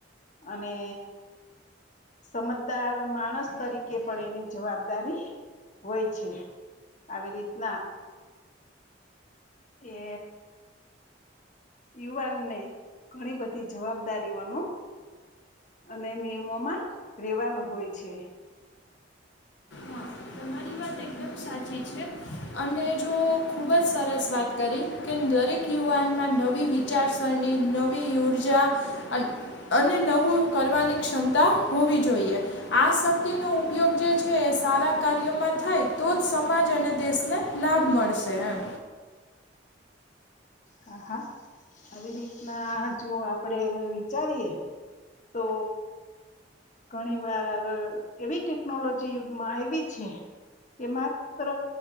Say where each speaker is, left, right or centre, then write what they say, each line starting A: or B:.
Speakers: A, on the left; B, on the left.
A: અને સમજદાર માણસ તરીકે પણ એની જવાબદારી હોય છે. આવી રીતના એ યુવાનને ઘણી બધી જવાબદારીઓનું અને નિયમોમાં રહેેવાનું હોય છે.
B: હા તમારી વાત એકદમ સાચી છે. અને જો ખુબ જ સરસ વાત કરી કે દરેક યુવાનમાં નવી વિચારસરણીની નવી ઉર્જા, અ અને નવું કરવાની ક્ષમતા હોવી જોઈએ. આ શક્તિનો ઉપયોગ જે છે એ સારા કાર્યોમાં થાય. તો જ સમાજ અને દેશને લાભ મળશે એમ.
A: હા હા, આવી રીતના જો આપડે વિચારીએ. તો ઘણી વાર એવી ટેકનોલોજી યુગમાં આવી છે. કે માત્ર